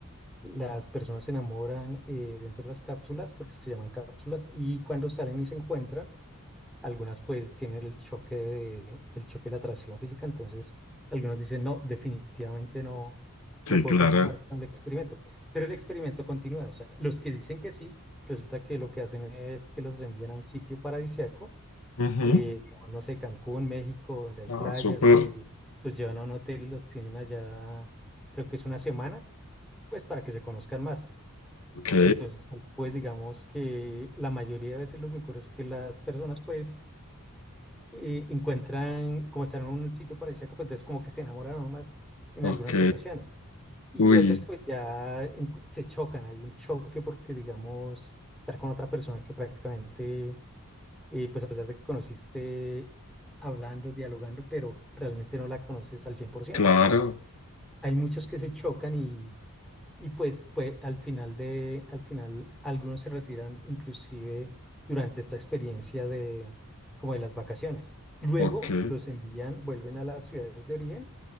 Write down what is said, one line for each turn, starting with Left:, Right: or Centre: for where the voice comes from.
Centre: Las personas se enamoran eh, dentro de las cápsulas porque se llaman cápsulas y cuando salen y se encuentran, algunas pues tienen el choque de, el choque de la atracción física, entonces algunos dicen, no, definitivamente no,
Left: sí,
Centre: no puedo
Left: claro.
Centre: continuar con el experimento. Pero el experimento continúa, o sea, los que dicen que sí, resulta que lo que hacen es que los envían a un sitio paradisíaco,
Left: Ujú.
Centre: eh, digamos, no sé, Cancún, México, donde hay
Left: Ah,
Centre: playas
Left: súper.
Centre: y los llevan a un hotel y los tienen allá, creo que es una semana, pues para que se conozcan más.
Left: Ok,
Centre: Entonces, pues digamos que la mayoría de veces lo que ocurre es que las personas pues eh, encuentran, como están en un sitio paradisíaco, pues entonces como que se enamoraron más en
Left: ok.
Centre: algunas ocasiones. Y
Left: Uy,
Centre: otros pues ya en- se chocan, hay un choque porque digamos estar con otra persona que prácticamente, eh, pues a pesar de que conociste hablando, dialogando, pero realmente no la conoces al cien por ciento
Left: claro.
Centre: Entonces, hay muchos que se chocan y pues, pues al final de, al final algunos se retiran inclusive durante esta experiencia de como de las vacaciones. Luego
Left: Ok.
Centre: los envían, vuelven a las ciudades de origen